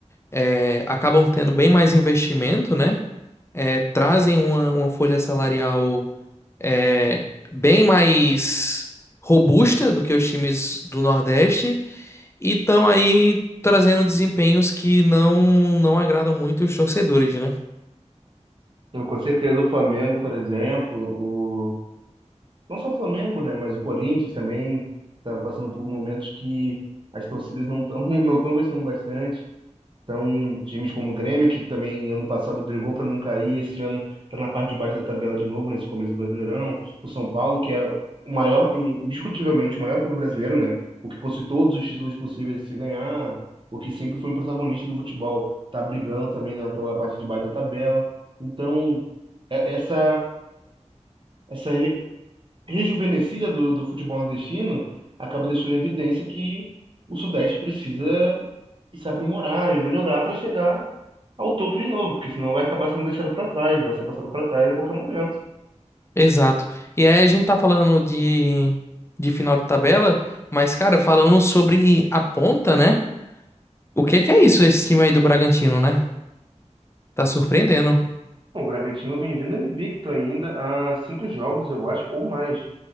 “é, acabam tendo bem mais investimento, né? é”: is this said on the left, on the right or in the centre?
Left